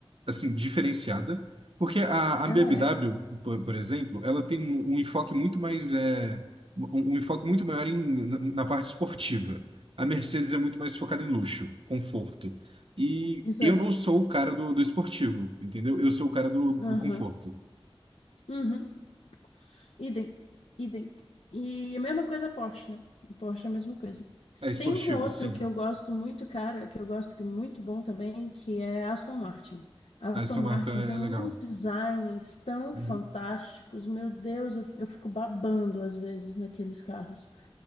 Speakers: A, on the right (about 65°); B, on the left (about 85°).
A: assim diferenciada, porque a, a
B: Ela
A: BMW,
B: é.
A: por, por exemplo, ela tem um, um enfoque muito mais é, um, um enfoque muito maior em, na, na parte esportiva. A Mercedes é muito mais focada em luxo, conforto. E
B: Exato.
A: eu não sou o cara do, do esportivo, entendeu? Eu sou o cara do, do
B: Aham.
A: conforto.
B: Uhum. Idem, idem. E a mesma coisa Porsche, né? Porsche é a mesma coisa.
A: É esportivo,
B: Tem um outro
A: sim.
B: que eu gosto muito, cara, que eu gosto que é muito bom também, que é Aston Martin. Aston
A: Ah, Essa
B: Martin
A: marca é
B: tem
A: legal.
B: uns designs tão
A: Uhum.
B: fantásticos, meu Deus, eu, eu fico babando às vezes naqueles carros.